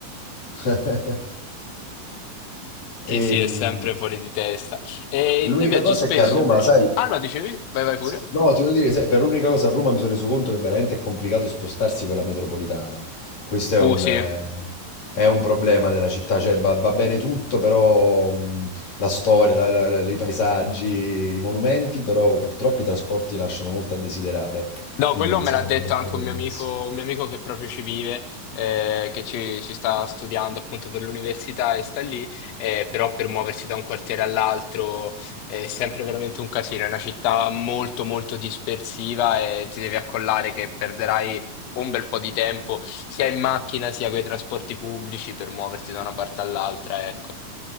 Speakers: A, on the left; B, on the left.
A: <laughs>
B: Sì,
A: E
B: sì,
A: mh,
B: è sempre fuori di testa. E
A: l'unica
B: te viaggi
A: cosa
B: spesso
A: è che a Roma,
B: invece?
A: sai,
B: Ah no, dicevi? Vai, vai pure.
A: Sì. No, ti voglio dire, sai, per l'unica cosa a Roma mi sono reso conto che veramente è complicato spostarsi con la metropolitana. Questo è
B: Uh,
A: un,
B: sì.
A: eh, è un problema della città, cioè va, va bene tutto, però mh, la storia, la- la- la- i paesaggi, i monumenti, però purtroppo i trasporti lasciano molto a desiderare.
B: No,
A: Quindi,
B: quello
A: insomma,
B: me l'ha detto
A: non è
B: anche
A: proprio
B: un
A: il
B: mio
A: massimo.
B: amico, un mio amico che proprio ci vive, eh, che ci, ci sta studiando appunto per l'università e sta lì, eh, però per muoversi da un quartiere all'altro eh, è sempre veramente un casino. È una città molto molto dispersiva e ti devi accollare che perderai un bel po' di tempo sia in macchina sia con i trasporti pubblici per muoverti da una parte all'altra, ecco.